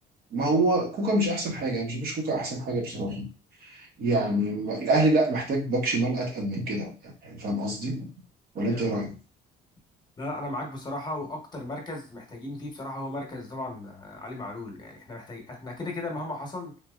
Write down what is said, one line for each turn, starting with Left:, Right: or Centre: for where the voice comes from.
Right: ما هو كوكا مش احسن حاجه أنا مش بشوفش كوكا احسن حاجه بصراحه يعني ما- الاهلي لا محتاج باك شمال اتقل من كده يعني فاهم قصدي ولا
Left: ايوه
Right: انت ايه
Left: فاهم
Right: رايك
Left: لا انا معاك بصراحه واكتر مركز محتاجين فيه بصراحه هو مركز طبعا آه، علي معلول يعني احنا محتاج احنا كده كده مهما حصل